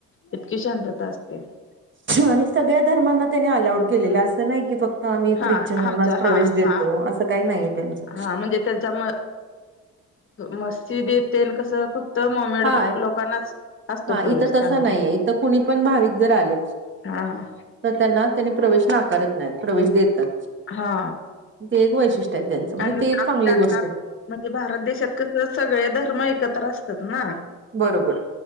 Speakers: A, on the left (about 45°); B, on the right (about 40°).
A: इतकी शांतता असते.
B: आणि सगळ्या धर्मांना त्यानी अलाउड केलेलं असं नाही की फक्त तर आम्ही
A: हा
B: ख्रिश्चनांनाच
A: आमचा
B: प्रवेश
A: हा
B: देतो
A: हा
B: असं काही नाहीये त्यांचं.
A: हा म्हणजे त्यांच्या मस्जिद येते कस फक्. तर मोमेड
B: हा
A: लोकांनाच असतो
B: हा
A: प्रवेश
B: इथं तसं
A: त्यामध्ये
B: नाहीये इथं कुणी पण भाविक जर आले
A: हा.
B: तर त्यांना त्यांनी प्रवेश नाकारत नाहीत. प्रवेश देतात
A: हा
B: ते एक वैशिष्ट्य आहे त्यांचं म्हणजे
A: आणि
B: ते एक
A: आपल्या
B: चांगली गोष्ट आहे.
A: म्हणजे भारत देशात कसं सगळे धर्म एकत्र असतात ना.
B: बरोबर